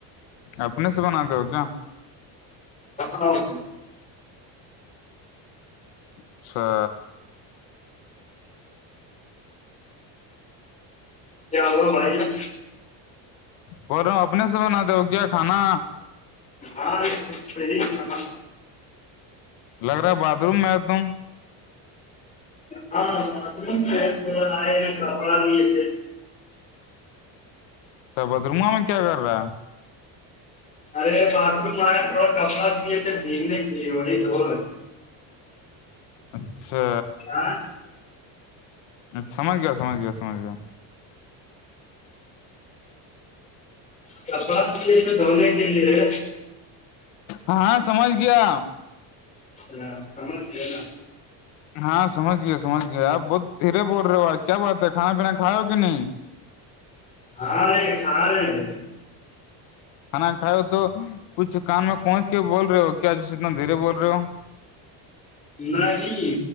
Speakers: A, on the left (about 90°); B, on the left (about 15°).
A: اپنے سے بناتے ہو کیا
B: ہو <unintelligible>
A: اچھا
B: کیا ہو ب ج
A: بول رہا ہوں اپنے سے بناتے ہو کیا کھانا
B: ہاں نم
A: لگ رہا ہے باتھ روم میں ایک دم
B: ہاں تھڑا آ کا با بھی تھ
A: اچھا بدرما میں کیا کر رہا ہے
B: ارے باتھ رم آ تھوڑا کپڑا بھی جھی نہیں گ زور
A: اچھا
B: ہاں
A: اچھا سمجھ گیا سمجھ گیا سمج گیا
B: کپڑا رکھے تھے دھونے کے لیے
A: ہاں سمجھ گیا
B: ہاں سمجھ گیا نا
A: ہاں سمجھ گئےے سمج گیے آپ بہت دھیرے بول رہے ہو آج کیا بات ہے کھا پینا کھا ہو کہ نہیں
B: ہ رہے کھا رہے ہیں
A: کھانا کھائے ہو تو کچھ کان میں پہنچ کے بول رہے ہو کیا اتنا دھیرے بول رہے ہو
B: نہیں